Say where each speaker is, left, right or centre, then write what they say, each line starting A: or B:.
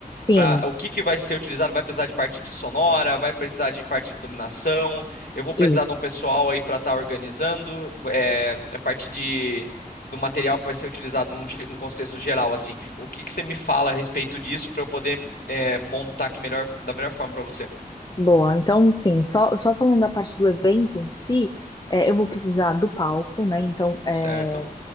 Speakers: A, on the left; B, on the left.
A: sim,
B: para o que que vai ser utilizado? Vai precisar de parte de sonora, vai precisar de parte de iluminação, eu vou precisar
A: isso.
B: de um pessoal aí para estar organizando, é, é parte de do material que vai ser utilizado num, ge- num contexto geral, assim. O que que você me fala a respeito disso para eu poder é, montar aqui melhor, da melhor forma para você?
A: Boa. Então, sim, só, só falando da parte do evento em si, é, eu vou precisar do palco, né? Então, é,
B: Certo?